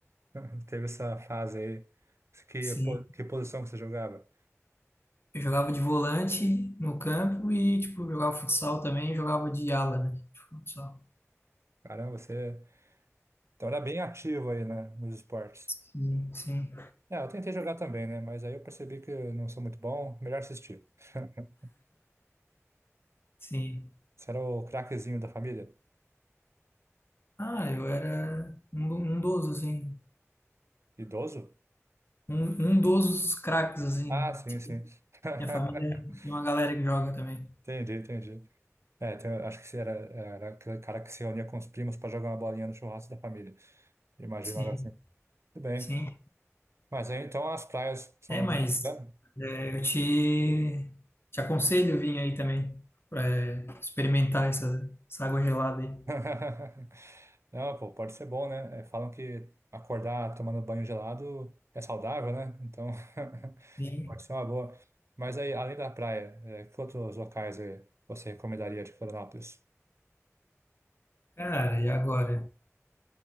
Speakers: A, on the right; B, on the left.
A: <laughs> Teve essa fase aí. Que,
B: <laughs> sim.
A: po- que posição que você jogava?
B: Eu jogava de volante no campo e, tipo, eu jogava futsal também, jogava de ala, né? de Futsal.
A: Caramba, você então era bem ativo aí, né, nos esportes.
B: Sim, sim,
A: É, eu tentei jogar também, né, mas aí eu percebi que eu não sou muito bom, melhor assistir. <laughs>
B: sim.
A: Você era o craquezinho da família?
B: Ah, eu era um, do- um dos, assim,
A: Idoso?
B: um, um dos craques, assim,
A: Ah,
B: né?
A: sim, sim. <laughs>
B: Minha família tem uma galera que joga também.
A: Entendi, entendi. É, tem- acho que você era, era aquele cara que se reunia com os primos para jogar uma bolinha no churrasco da família. Imaginava
B: Sim,
A: assim. Tudo bem.
B: sim.
A: Mas aí então as praias são.
B: É, mas
A: né?
B: é, eu te, te aconselho vir aí também para experimentar essa, essa água gelada aí.
A: <laughs> Não, pô, pode ser bom, né? É, falam que acordar tomando banho gelado é saudável, né? Então, <laughs>
B: E,
A: pode ser uma boa. Mas aí, além da praia, é, que outros locais é, você recomendaria de Florianópolis?
B: cara, e agora?